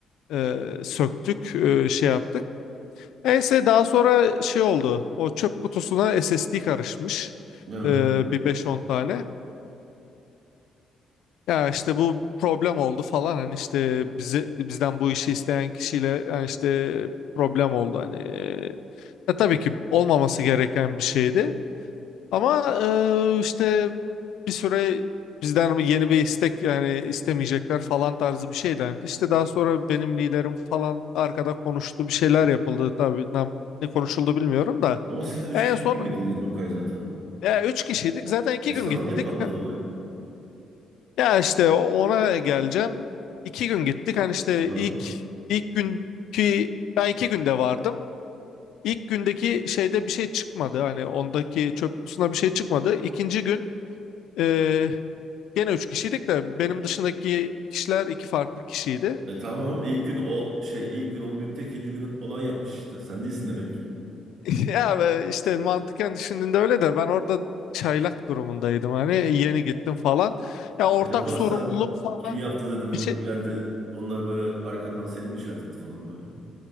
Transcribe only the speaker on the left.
e, söktük e, şey yaptık. Neyse daha sonra şey oldu. O çöp kutusuna SSD karışmış.
Ee, bir beş on tane. Ya işte bu problem oldu falan. Hani işte bize, bizden bu işi isteyen kişiyle yani işte problem oldu. Hani e, ya tabii ki olmaması gereken bir şeydi. Ama e, işte bir süre bizden yeni bir istek yani istemeyecekler falan tarzı bir şey dendi. İşte daha sonra benim liderim falan arkada konuştu. Bir şeyler yapıldı. Tabii ne ne konuşuldu bilmiyorum da.
En
son
ya üç kişiydik. Zaten iki
gün gittik.
Ya işte ona geleceğim. İki gün gittik. Hani işte
ilk ilk günkü ben iki günde vardım. İlk gündeki şeyde bir şey çıkmadı. Hani ondaki çöp kutusunda bir şey çıkmadı. İkinci gün e, gene üç kişiydik de benim dışındaki kişiler iki farklı kişiydi.
<laughs> Ya ve işte mantıken düşündüğünde öyle de ben orada çaylak durumundaydım. Hani yeni gittim falan. Ya ortak
sorumluluk
falan
bir şey